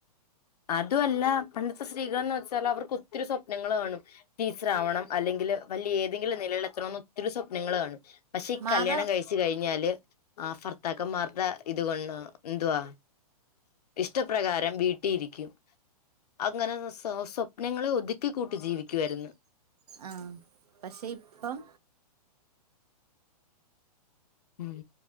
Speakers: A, on the left (about 75°); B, on the right (about 75°).
A: അതുവല്ല പണ്ടത്തെ സ്ത്രീകൾന്ന് വെച്ചാൽ അവർക്ക് ഒത്തിരി സ്വപ്നങ്ങള് കാണും ടീച്ചർ ആവണം അല്ലെങ്കില് വലിയ ഏതെങ്കിലും നിലയിൽ എത്തണം ഒത്തിരി സ്വപ്നങ്ങള് കാണും പക്ഷെ ഈ
B: മാധവ
A: കല്യാണം കഴിച്ചു കഴിഞ്ഞാല് ആ ഭർത്താക്കന്മാരുടെ ഇതുകൊണ്ട് എന്തുവാ ഇഷ്ടപ്രകാരം വീട്ടിയിരിക്കും അങ്ങനെ സ് സ്വപ്നങ്ങളെ ഒതുക്കി കൂട്ടി ജീവിക്കുവായിരുന്നു
B: ആഹ് പക്ഷേ ഇപ്പം
A: ഉം